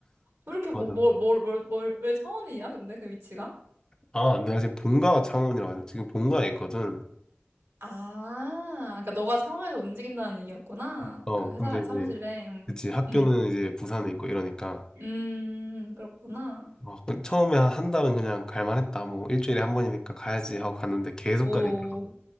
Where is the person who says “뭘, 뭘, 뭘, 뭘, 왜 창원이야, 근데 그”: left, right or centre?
Right